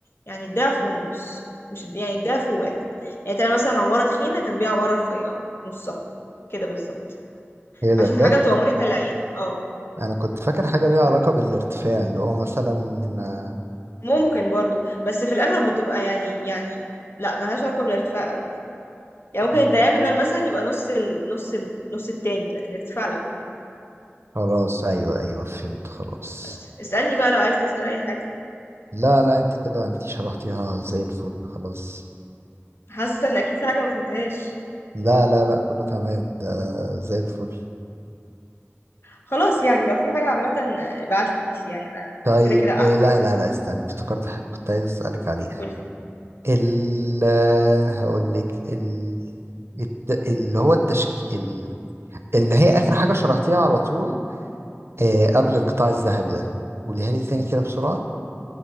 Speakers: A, on the left; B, on the right.
A: يعني الضعف والنص مش الد- يعني الضعف وواحد يعني تعمل مثلا عمارة تخينة جنبيها عمارة رفيعة نصها كده بالظبط
B: ايه ده
A: عشان
B: بجد
A: حاجة بتبقى مريحة للعين اه
B: انا كنت فاكر حاجة ليها علاقة بالارتفاع اللي هو مثلا آه،
A: ممكن برضو بس في الأغلب بتبقى يعني يعني لا ملهاش علاقة بالارتفاع أوي يعني ممكن
B: مم،
A: الدياجونال مثلا يبقى نص ال... نص ال... نص التاني لكن الارتفاع لا
B: خلاص ايوه ايوه فهمت خلاص
A: بس اسألني بقى لو عايز تسأل أي حاجة
B: لا لا انت كده انت شرحتيها زي الفل خلاص
A: حاسة إن أكيد في حاجة ما فهمتهاش
B: لا لا لا كله تمام ده زي الفل
A: خلاص يعني لو في حاجة عامة ابعتلي يعني أنا
B: طيب
A: كده كده قاعدة
B: إيه لا لا لا استنى افتكرت حاجة كنت عايز أسألك عليها
A: قولي
B: ال هقول لك ال... الت... اللي هو التشك ال... اللي هي آخر حاجة شرحتيها على طول آه قبل القطاع الذهبي ده قوليها لي تاني كده بسرعة